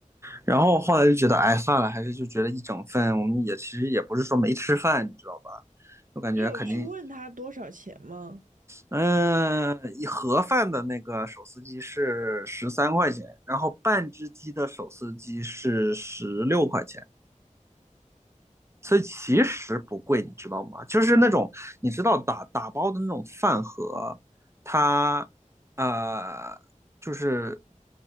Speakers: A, on the right; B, on the right.
A: 然后后来就觉得，哎，算了，还是就觉得一整份，我们也其实也不是说没吃饭，你知道吧？我感觉肯定，
B: 你有去问他多少钱吗？
A: 嗯，一盒饭的那个手撕鸡是十三块钱，然后半只鸡的手撕鸡是十六块钱。所以其实不贵，
B: 嗯，
A: 你知道吗？就是那种你知道打打包的那种饭盒，它呃就是